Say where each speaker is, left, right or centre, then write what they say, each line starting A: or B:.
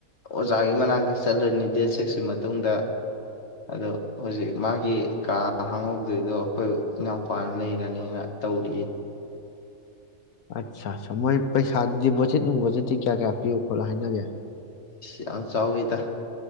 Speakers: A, on the left; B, on the left.
A: ꯑꯣꯖꯥꯒꯤ ꯃꯅꯥꯛꯇ ꯆꯠꯂꯅꯤ ꯗꯦꯠ ꯁꯤꯛꯁꯀꯤ ꯃꯇꯨꯡꯗ ꯑꯗꯣ ꯍꯧꯖꯤꯛ ꯃꯥꯒꯤ ꯀꯥ ꯍꯥꯡꯍꯧꯗꯣꯏꯗꯣ ꯑꯩꯈꯣꯏ ꯏꯅꯥꯎꯄꯥꯅ ꯂꯩꯔꯅꯦꯅ ꯇꯧꯔꯤ
B: ꯑꯠꯆꯥ ꯑ ꯃꯣꯏ ꯄꯩꯁꯥ ꯗꯤꯄꯣꯖꯤꯠ ꯅꯨꯡꯕꯣꯖꯤꯠꯇꯤ ꯀꯌꯥ ꯀꯌꯥ ꯄꯤꯌꯣ ꯈꯣꯠꯂꯣ ꯍꯥꯏꯅꯒꯦ
A: ꯌꯥꯝ ꯆꯥꯎꯥꯎ ꯏꯗ